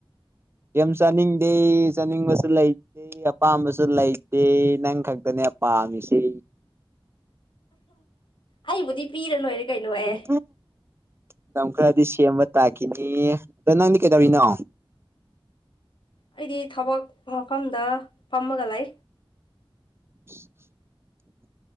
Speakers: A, on the right; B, on the left.
A: ꯌꯥꯝ ꯆꯥꯅꯤꯡꯗꯦ ꯆꯥꯅꯤꯡꯕꯁꯨ ꯂꯩꯇꯦ ꯑꯄꯥꯝꯕꯁꯨ ꯂꯩꯇꯦ ꯅꯪ ꯈꯛꯇꯅꯦ ꯄꯥꯃꯤꯁꯤ
B: ꯑꯩꯕꯨꯗꯤ ꯄꯤꯔ ꯅꯣꯏꯔꯦ ꯀꯩꯅꯣ ꯑꯦ
A: ꯎꯝ ꯃꯇꯝ ꯈꯔꯗꯤ ꯁꯦꯝꯕ ꯇꯥꯈꯤꯅꯤ ꯑꯗꯣ ꯅꯪꯗꯤ ꯀꯩꯗꯧꯔꯤꯅꯣ
B: ꯑꯩꯗꯤ ꯊꯕꯛ ꯃꯐꯝꯗ ꯐꯝꯃꯒ ꯂꯩ
A: <unintelligible>